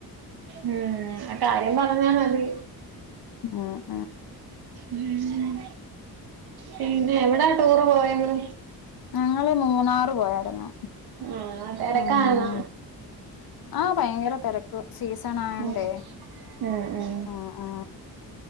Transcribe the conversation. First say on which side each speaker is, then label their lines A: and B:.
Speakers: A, on the right; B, on the left.
A: ഉം ആ കാര്യം കാണാൻ <inaudible>
B: ആഹ
A: ഉം ഉം പിന്നെ എവിടാ ടൂറ് പോയന്ന്
B: ഞങ്ങള് മൂന്നാറ് പോയായിരുന്നു
A: ആ തെരക്കായ്ര്ന്നാ
B: ഉം ആ ഭയങ്കര തെരക്ക്‌ സീസൺ ആയണ്ടേ
A: ഉം ഉം ഉം
B: അ ആ